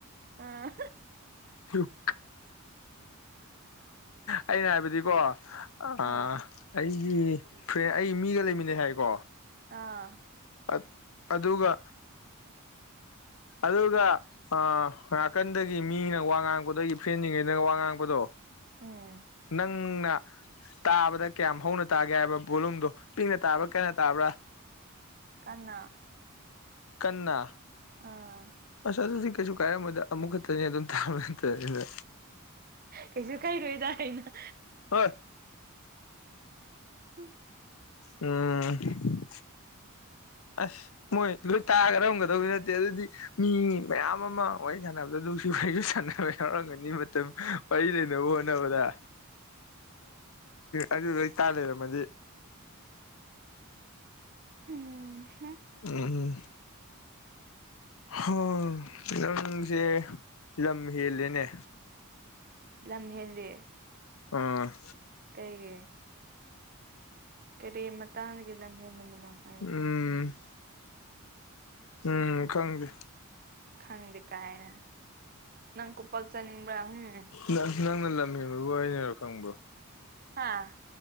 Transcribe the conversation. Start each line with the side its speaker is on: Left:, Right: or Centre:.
Right: ꯑꯥ
Left: <unintelligible> ꯑꯩꯅ ꯍꯥꯏꯕꯗꯤꯀꯣ ꯑꯩ ꯑꯩꯒꯤ
Right: ꯑꯥ
Left: ꯐ꯭ꯔꯦꯟ ꯑꯩ ꯃꯤꯒ ꯂꯩꯃꯤꯟꯅꯩ ꯍꯥꯏꯀꯣ
Right: ꯑꯥ
Left: ꯑꯠ ꯑꯗꯨꯒ ꯑꯗꯨꯒ ꯅꯥꯀꯟꯗꯒꯤ ꯃꯤꯅ ꯋꯥ ꯋꯥ ꯉꯥꯡꯕꯗꯒꯤ ꯐꯦꯟꯖꯤꯡꯉꯩ ꯋꯥ ꯉꯥꯡꯕꯗꯣ
Right: ꯎꯝ
Left: ꯅꯪꯅ ꯇꯥꯕꯗ ꯀꯌꯥꯝ ꯍꯧꯅ ꯇꯥꯒꯦ ꯍꯥꯏꯕ ꯚꯣꯂꯨꯝꯗꯣ ꯄꯤꯛꯅ ꯇꯥꯕ꯭ꯔꯥ ꯀꯟꯅ ꯇꯥꯕ꯭ꯔꯥ
Right: ꯀꯟꯅꯥ
Left: ꯀꯟꯅꯥ
Right: ꯑꯥ
Left: ꯑꯁ ꯑꯗꯨꯗꯤ ꯀꯩꯁꯨ ꯀꯥꯏꯔꯝꯃꯣꯏꯗ ꯑꯃꯨꯛ ꯈꯛꯇꯅꯤ ꯑꯗꯨꯝ ꯇꯥꯕ ꯅꯠꯇꯃꯤꯅ
Right: ꯀꯩꯁꯨ ꯀꯩꯏꯔꯣꯏꯗ ꯍꯥꯏꯅ
Left: ꯍꯣꯏ
Right: ꯍꯨꯝ
Left: ꯎꯝ ꯑꯁ ꯃꯣꯏ ꯂꯣꯏ ꯇꯥꯔꯝꯒꯗꯧꯕꯒꯤ ꯅꯠꯇꯦ ꯑꯗꯨꯗꯤ ꯃꯤ ꯃꯌꯥꯝ ꯑꯃ ꯋꯥꯔꯤ ꯁꯥꯟꯅꯕꯗ ꯅꯨꯡꯁꯤ ꯋꯥꯔꯤꯁꯨ ꯁꯥꯟꯅꯕ ꯌꯥꯎꯔꯝꯒꯅꯤ ꯃꯇꯝ ꯋꯥꯔꯤ ꯂꯩꯅꯕ ꯍꯣꯠꯅꯕꯗ ꯑꯗꯨ ꯂꯣꯏ ꯇꯥ ꯂꯩꯔꯝꯃꯗꯤ
Right: ꯎꯝ
Left: ꯎꯝ ꯎꯝ <unintelligible> ꯅꯪꯁꯦ ꯂꯝ ꯍꯦꯜꯂꯦꯅꯦ
Right: ꯂꯝ ꯍꯦꯜꯂꯤ
Left: ꯎꯝ
Right: ꯀꯩꯒꯤ ꯀꯔꯤ ꯃꯇꯥꯡꯗꯒꯤ ꯂꯝ ꯍꯦꯟꯕꯅꯣ ꯑꯩ
Left: ꯎꯝ ꯎꯝ ꯈꯪꯁꯦ
Right: ꯈꯪꯗꯦ ꯀꯥꯏꯅ ꯅꯪ ꯀꯨꯞꯄꯛ ꯆꯥꯅꯤꯡꯕ꯭ꯔꯥ ꯎꯝ
Left: ꯅꯪ ꯅꯪꯅ ꯂꯝ ꯍꯦꯟꯕꯕꯨ ꯋꯥꯔꯤꯅꯕ ꯈꯪꯕ꯭ꯔꯣ
Right: ꯍꯥꯥ